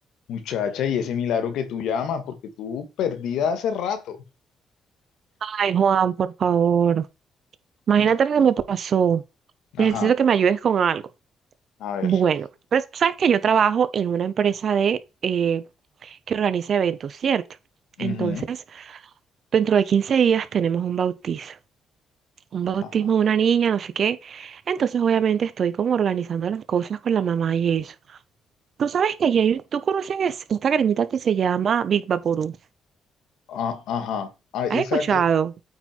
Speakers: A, on the left; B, on the right.
A: Muchacha, y ese milagro que tú llamas, porque tú perdida hace rato.
B: Ay, Juan, por favor. Imagínate
A: Mm.
B: lo que me pasó.
A: Ajá,
B: Necesito que me ayudes con algo.
A: a ver.
B: Bueno, pero tú sabes que yo trabajo en una empresa de eh, que organiza eventos, ¿cierto? Entonces,
A: Ujú,
B: dentro de 15 días tenemos un bautizo. Un bautismo
A: Ajá,
B: de una niña, no sé qué. Entonces, obviamente, estoy como organizando las cosas con la mamá y eso. Tú sabes que allí hay- tú conoces esta cremita que se llama Big Vaporú.
A: ah, ajá. Ah, esa,
B: ¿Has escuchado?
A: eh,